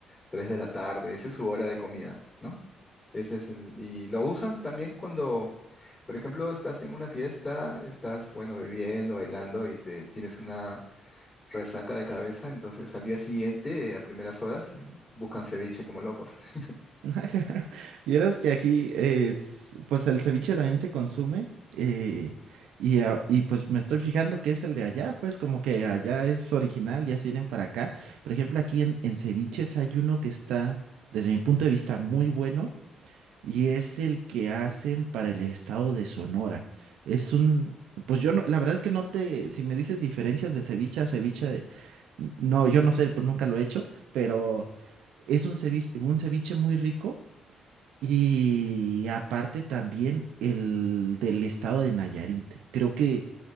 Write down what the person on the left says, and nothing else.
3 de la tarde. Esa es su hora de comida, ¿no? Ese es el, y lo usan también cuando, por ejemplo, estás en una fiesta, estás, bueno, bebiendo, bailando y te tienes una resaca de cabeza, entonces al día siguiente, a primeras horas, buscan ceviche como locos. <laughs>